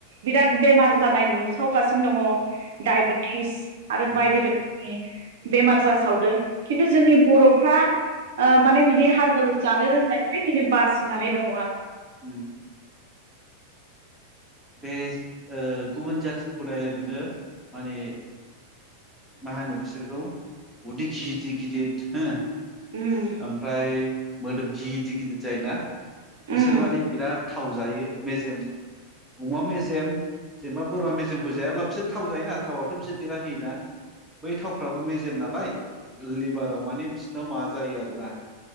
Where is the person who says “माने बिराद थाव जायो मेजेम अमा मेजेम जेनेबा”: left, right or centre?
Centre